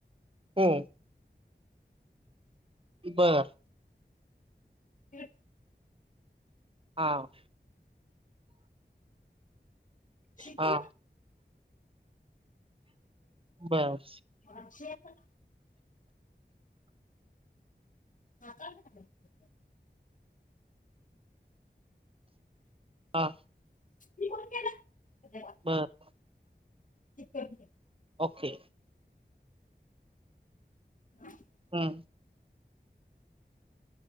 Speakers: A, on the right (about 30°); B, on the left (about 45°).
A: हम्म. बरं.
B: तिजय.
A: हा.
B: शि
A: हा
B: केलं.
A: बर.
B: बात शे का. हा काय झाल असं.
A: हा.
B: हि कोण केलं. <unintelligible>
A: बरं.
B: ठिक कर ते.
A: ओके.
B: <unintelligible>
A: हम्म.